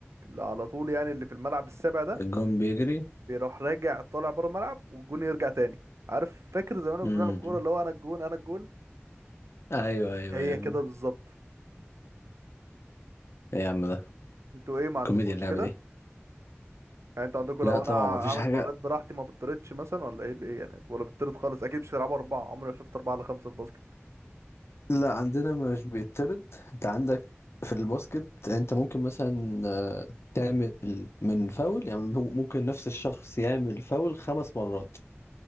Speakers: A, on the right; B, on the left.
A: ال على طول يعني اللي في الملعب السابع ده
B: الجون بيجري
A: بيروح راجع طالع بره الملعب والجون يرجع تاني عارف فاكر زمان كنا
B: امم
A: بنلعب كوره اللي هو انا الجون انا الجون
B: ايوه ايوه
A: هي
B: ايوه
A: كده بالظبط
B: ايه يا عم ده
A: انتوا ايه ما عندكوش
B: كوميديا اللعبه
A: كده
B: دي
A: يعني انتوا عندكوا
B: لا
A: لو
B: طبعا
A: انا
B: ما فيش
A: اعمل
B: حاجه
A: فاولات براحتي ما بطردش مثلا ولا ايه الايه يعني ولا بطرد خالص اكيد مش هتلعبوا اربعه عمري ما شفت اربعه على خمسه في باسكت
B: لا عندنا مش بيطرد انت عندك في الباسكت انت ممكن مثلا آه، تعمل من فاول يعني ممكن نفس الشخص يعمل فاول خمس مرات